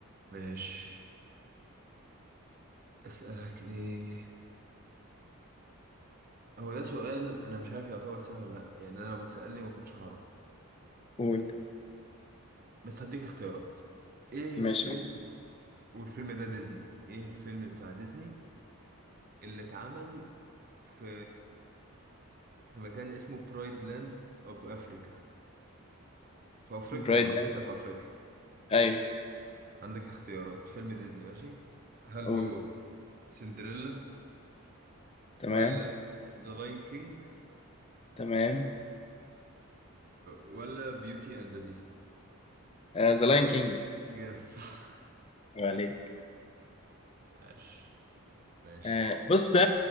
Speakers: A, on the right; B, on the left.
A: ماشي اسألك ايه هو ده سؤال انا مش عارف يعتبر سهل ولا لا يعني انا لو اتسأل لي ما كنتش هعرف
B: قول
A: بس هديك اختيارات ايه
B: ماشي
A: الفيلم
B: قول
A: والفيلم ده ديزني ايه الفيلم بتاع ديزني اللي اتعمل في في مكان اسمه برايد لاندز اوف افريكا في افريقيا
B: برايد
A: يعني في
B: لاند
A: حته في افريقيا
B: أيوه
A: عندك اختيارات فيلم ديزني ماشي هل
B: قول
A: هو سندريلا
B: تمام
A: ولا ذا لاين كينج
B: تمام
A: ولا بيوتي اند ذا بيست
B: ذا لاين كينج
A: جامد صح
B: عليك
A: عاش ماشي
B: آه، بص ده